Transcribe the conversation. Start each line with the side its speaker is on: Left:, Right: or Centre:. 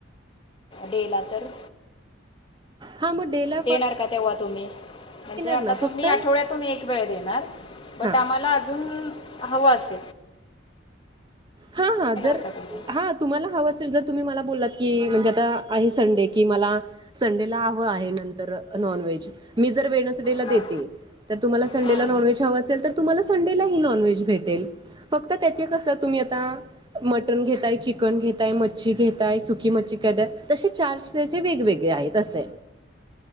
Left: डेला तर
Right: हा मुडेला
Left: येणार का तेव्हा तुम्ही? म्हणजे आता
Right: ना फक्त
Left: तुम्ही आठवड्यातून एक वेळ देणार बट
Right: हां
Left: आम्हाला अजून अहवास.
Right: हा हा जर
Left: का तुम्ही
Right: हा तुम्हाला हवं असेल जर तुम्ही मला बोललात की म्हणजे आता आहे संडे कि मला संडेला हवं आहे नंतर नॉन व्हेज मी जर वेनसडेला देते.
Left: हां
Right: तर तुम्हाला संडेला
Left: हां
Right: नॉनव्हेज हवं असेल तर तुम्हाला संडेलाही नॉन्हेज भेटेल. फक्त त्याचे कसं तुम्ही आता मटण घेतय चिकन घेतय मच्छी घेतय सुकी मच्छी घेतय तसे चार वेगवेगळे आहेत तसे.